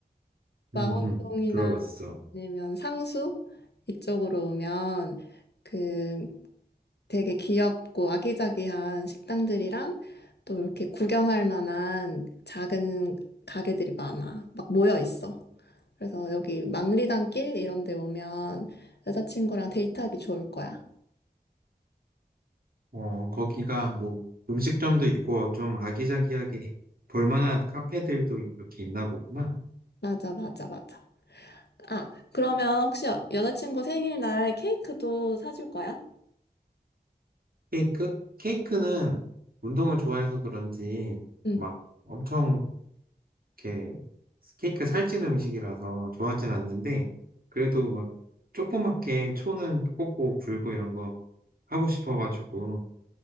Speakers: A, on the left; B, on the right.
A: 망원동이나
B: 응응 들어봤어.
A: 아니면 상수 이쪽으로 오면 그 되게 귀엽고 아기자기한 식당들이랑 또 이렇게 구경할 만한 작은 가게들이 많아. 막 모여 있어. 그래서 여기 망리단길 이런 데 오면 여자친구랑 데이트하기 좋을 거야.
B: 어, 거기가 뭐 음식점도 있고 좀 아기자기하게 볼만한 카페들도 이렇게 있나 보구나.
A: 맞아, 맞아, 맞아. 아, 그러면 혹시 여, 여자친구 생일날 케이크도 사줄 거야?
B: 케이크? 케이크는 운동을 좋아해서 그런지
A: 응.
B: 막 엄청 이렇게 케이크 살찐 음식이라서 좋아하진 않는데 그래도 막 조그맣게 초는 꽂고 불고 이런 거 하고 싶어가지고